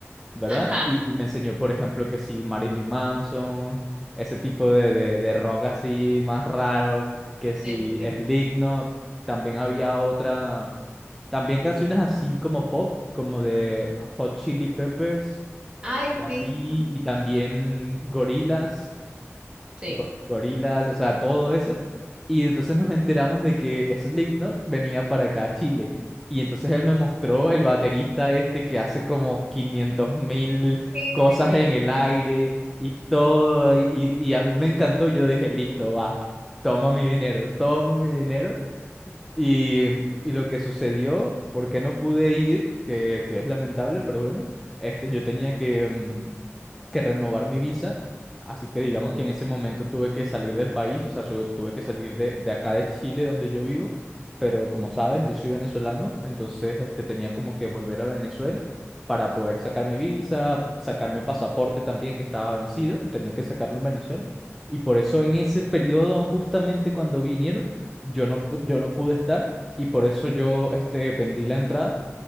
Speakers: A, in the centre; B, on the right (about 25°).
A: ¿verdad?
B: ajá,
A: Y, y me enseñó, por ejemplo, que sí, Marilyn Manson, ese tipo de, de, de rock así más raro, que sí,
B: sí, sí, sí.
A: Slipknot. También había otra, también canciones así como pop, como de Hot Chili Peppers
B: Ay,
A: y así,
B: sí,
A: y también Gorillaz
B: sí.
A: go- gorilas, o sea, todo eso. Y entonces nos enteramos de que Slipknot venía para acá a Chile. Y entonces él me mostró el baterista este que hace como 500 mil
B: Sí,
A: cosas
B: sí.
A: en el aire y todo. Y, y- y a mí me encantó. Yo dije, listo, va, toma mi dinero, toma mi dinero. Y, y lo que sucedió, porque no pude ir, que, que es lamentable, pero bueno, este, yo tenía que... mm, que renovar mi visa. Así que
B: Ujú,
A: digamos que en ese momento tuve que salir del país, o sea, sube- tuve que salir de, de acá de Chile, donde yo vivo. Pero como sabes, yo soy venezolano, entonces este, tenía como que volver a Venezuela para poder sacar mi visa, sacar mi pasaporte también que estaba vencido, tenía que sacarlo en Venezuela. Y por eso en ese periodo, justamente cuando vinieron, yo no, pu- yo no pude estar y por eso yo este, vendí la entrada.